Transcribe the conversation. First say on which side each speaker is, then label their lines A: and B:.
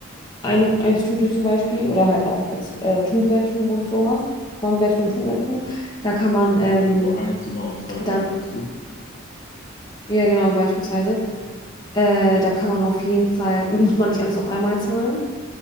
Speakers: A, on the left; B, on the left.
A: eine, ein Studio zum Beispiel, oder halt auch als, äh, Two-Bedroom und sowas, One-Bedroom, Two-Bedroom, da kann man ähm,
B: Also ein Zimmer und zwei
A: dann,
B: Zimmer meinst du?
A: ja genau, beispielsweise, äh, da kann man auf jeden Fall, muss man nicht alles auf einmal zahlen.